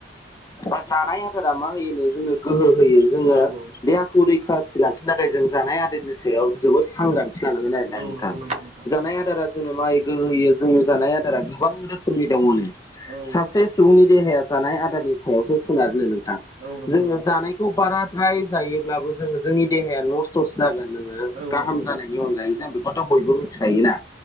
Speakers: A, on the left; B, on the right.
A: दा जानाय आदारा मा होयोनो जोंनो गोहो होयो जोङो
B: औ औ
A: देहाखौ रैखाथि लाखिनो थाखाय जों जानाय आदारनि सायाव जोबोद सांग्रां जानांगोन आरो ना
B: औ
A: नोंथां।
B: नंगौ नोंथां
A: जानाय आदारा जोंनो मा होयो गोहो होयो जोंनो जानाय आ गोबां रोखोमनि दङ'नो
B: औ
A: सासे सुबुंनि देहाया जानाय आदारनि सायावसो सोनारोनो नोंथां
B: औ नंगौ
A: जोंनो
B: नंगौ
A: जानाय खौ बाराद्राय जायोब्लाबो जोङो जोंनि देहाया नस थ'स जागोन नोङो
B: औ
A: गाहाम
B: नंगौ नंगौ
A: जानायनि
B: नोंथां
A: अनगायै जों बेखौथ' बयबो मिथिखायो ना।